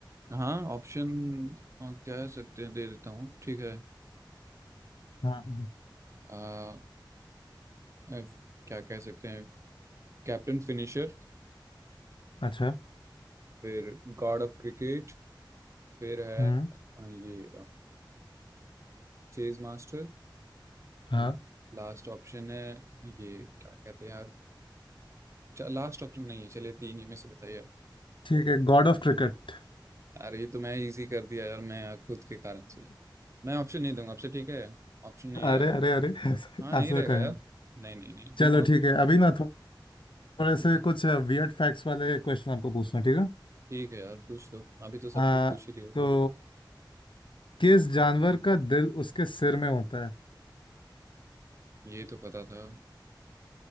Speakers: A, on the right (about 35°); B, on the left (about 85°).
A: हाँ ऑप्शन कह सकते हैं दे देता हूँ ठीक है
B: हाँ हाँ,
A: आ, F- क्या कह सकते हैं कैप्टन फिनिशर
B: अच्छा
A: फिर गॉड ऑफ क्रिकेट फिर है
B: हम्म
A: अ, ये chase master
B: हाँ
A: and last option है ये क्या कहते हैं यार लास्ट ऑप्शन नहीं है चलिए तीन ही में से बताइए आप।
B: ठीक है गॉड ऑफ क्रिकेट
A: यार ये तो मैं इजी कर दिया यार मैं खुद के कारण से मैं ऑप्शन नहीं दूंगा आपसे ठीक है ऑप्शन नहीं
B: अरे
A: रहेगा
B: अरे अरे <laughs> ऐसे
A: हाँ नहीं
B: ऐसे
A: रहेगा
B: कहें
A: यार नहीं नहीं नहीं
B: चलो ठीक है अभी ना थो- थोड़े से
A: <laughs>
B: कुछ वियर्ड फैक्ट्स वाले क्वेश्चन आपको पूछना ठीक है
A: ठीक है यार पूछ लो अभी तो
B: आ,
A: सब कुछ पूछ ही लियो
B: तो
A: हाँ
B: किस जानवर का दिल उसके सिर में होता है
A: ये तो पता था